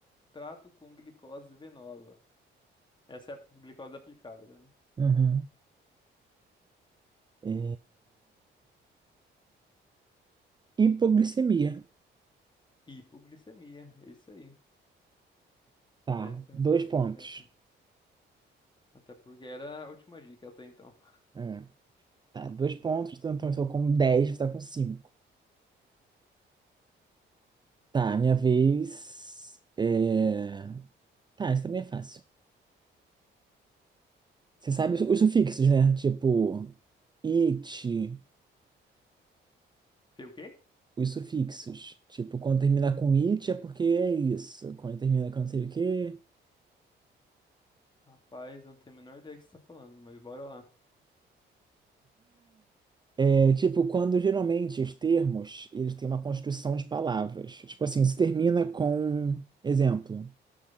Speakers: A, on the left (about 25°); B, on the right (about 20°).
A: Trato com glicose venosa. Essa é a glicose aplicada, já. né?
B: Uhum. É... Hipoglicemia.
A: Hipoglicemia. É isso aí.
B: Tá,
A: Essa é
B: dois
A: a resposta
B: pontos.
A: correta. Até porque era a última dica até então.
B: É, Tá, dois pontos, então então eu estou com 10, você tá com 5. Tá, minha vez. É... Tá, isso também é fácil. Você sabe os os sufixos, né? Tipo, it,
A: <laughs> Sei o quê?
B: os sufixos. Tipo, quando termina com it é porque é isso. Quando termina com não sei o quê.
A: Rapaz, eu não tenho a menor ideia do que você está falando, mas bora lá.
B: É, tipo, quando geralmente os termos, eles têm uma construção de palavras. Tipo assim, se termina com, exemplo,